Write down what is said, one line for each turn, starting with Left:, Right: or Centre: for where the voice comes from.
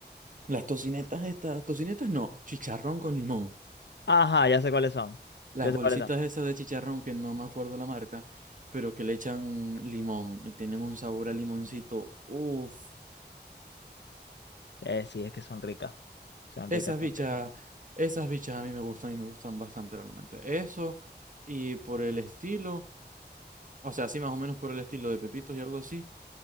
Right: Las tocinetas estas, tocinetas no, chicharrón con limón.
Left: Ajá, ya sé cuáles son.
Right: las
Left: Ya sé
Right: bolsitas
Left: cuáles son.
Right: esas de chicharrón, que no me acuerdo la marca, pero que le echan limón y tienen un sabor a limoncito. Uf,
Left: Eh, sí, es que son ricas. Son
Right: esas
Left: ricas, son
Right: bichas,
Left: ricas.
Right: esas bichas a mí me gustan y me gustan bastante realmente. Eso y por el estilo, o sea, sí, más o menos por el estilo de pepitos y algo así,